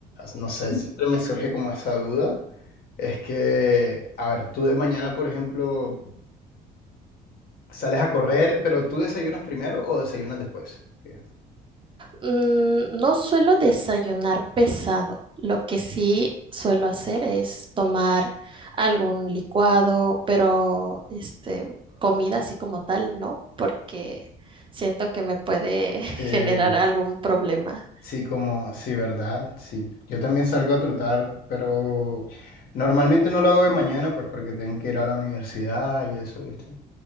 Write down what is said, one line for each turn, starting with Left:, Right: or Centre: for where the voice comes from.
Left: no sé, siempre me surge como esa duda. Es que, a ver, tú de mañana, por ejemplo, sales a correr, pero ¿tú desayunas primero o desayunas después? Que-
Right: Mm, no suelo desayunar pesado. Lo que sí suelo hacer es tomar algún licuado, pero este, comida así como tal, no, porque siento que me puede <laughs>
Left: que
Right: generar algún problema.
Left: sí, como, sí, ¿verdad? Sí, yo también salgo a trotar, pero normalmente no lo hago de mañana, pues porque tengo que ir a la universidad y eso, ¿viste?